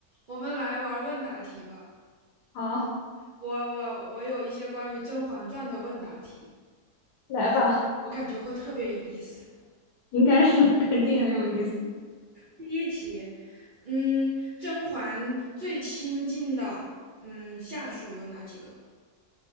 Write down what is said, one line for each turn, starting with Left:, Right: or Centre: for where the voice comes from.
Right: 我们来玩问答题吧。
Left: 好，
Right: 我我我有一些关于《甄嬛传》的问答题，
Left: 来吧，
Right: 我感觉会特别有意思。
Left: 应该是 <laughs> 肯定很有意思。
Right: 第一题，嗯，甄嬛最亲近的嗯下属有哪几个？